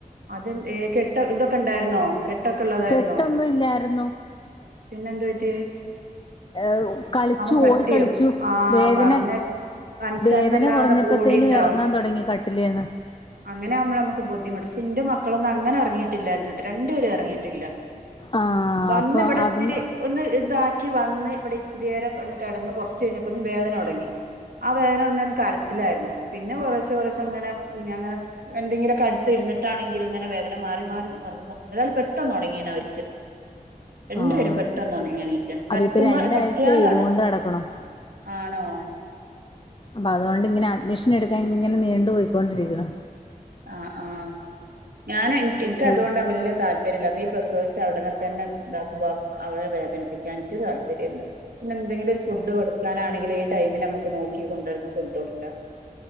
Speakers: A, on the right (about 85°); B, on the left (about 35°).
A: അതെന്തേ കെട്ട് ഇതൊക്കെ ണ്ടായിരുന്നോ കെട്ടൊക്കെ ഉള്ളതായിരുന്നോ
B: കെട്ടൊന്നും ഇല്ലായിരുന്നു
A: പിന്നെന്തു പറ്റി
B: ഏഹ് കളിച്ചു
A: അവൻ തട്ടിയോ
B: ഓടിക്കളിച്ചു
A: ആഹ്
B: വേദന
A: പറഞ്ഞ അൻസര്ണ
B: വേദന
A: ഇല്ലാതെ
B: കുറഞ്ഞപ്പത്തേനും
A: ഓടിയ്ണ്ടാവും
B: ഇറങ്ങാൻ തുടങ്ങി കട്ടിലേന്ന്
A: അങ്ങനെയാവുമ്പം നമുക്ക് ബുദ്ധിമുട്ട് ഷെ ന്റെ മക്കളൊന്നും അങ്ങനെ എറങ്ങിയിട്ടില്ലായിരുന്നിട്ട് രണ്ടുപേരും എ റങ്ങിയിട്ടില്ല
B: ആഹ്
A: വന്ന്
B: അപ്പൊ
A: ഇവിടെ
B: അതും
A: ഇച്ചിരി ഒന്ന് ഇതാക്കി വന്ന് ഇവിടെ ഇച്ചിരിയേരം ഒന്ന് കിടന്ന് കുറച്ച് കഴിഞ്ഞപ്പോത്തേന് വേദന തുടങ്ങി ആ വേദന വന്നെ ന്ന് കര ച്ചിലായിരുന്നു പിന്നെ കൊറേശെ കൊറേഷങ്ങനെ ഞാ ങ്ങനെ എന്തെങ്കിലൊക്കെ അടുത്ത് ഇരുന്നി ട്ടാണെങ്കിലും ഇങ്ങനെ വേദന മാറി മാറി വന്നു ഏതായാലും പെട്ടെന്ന് ഉണങ്ങിണ് അവർക്ക് രണ്ടു
B: ആഹ്
A: പേരും പെട്ടന്നൊണങ്ങി എണീറ്റ്ണ്
B: അപ്പൊ
A: തട്ടുമ്പോ
B: ഇപ്പൊ രണ്ടാഴ്ചയായി
A: തട്ടിയാലാണ്
B: ഇതും കൊണ്ട് നടക്കണു
A: ആണോ
B: അപ്പൊ അതുകൊണ്ട് ഇങ്ങനെ അഡ്മിഷൻ എടുക്കാൻ ഇങ്ങനെ നീണ്ടു പോയികോണ്ടിരിക്കണു
A: ആഹ് ആഹ് ഞാനേ ഇൻ ഇന്ക്
B: സ്കൂൾ
A: അതുകൊണ്ടാ വല്യെ താല്പ ര്യല്ലാത്തെ ഈ പ്രസവിച്ച ഉടനെ തന്നെ ഇതാക്കുമ്പോ അവരെ വേദനിപ്പിക്കാനിൻക്കൊരു താല്പര്യം ഇല്ല പിന്നെ എന്തെങ്കിലും ഒരു ഫുഡ് കൊടു കൊടുക്കാനാണെങ്കിലു ഈ ടൈമിന് നമുക്ക് നോക്കി കൊണ്ടട്ന്ന് ഫുഡ്ഡട്ക്കാ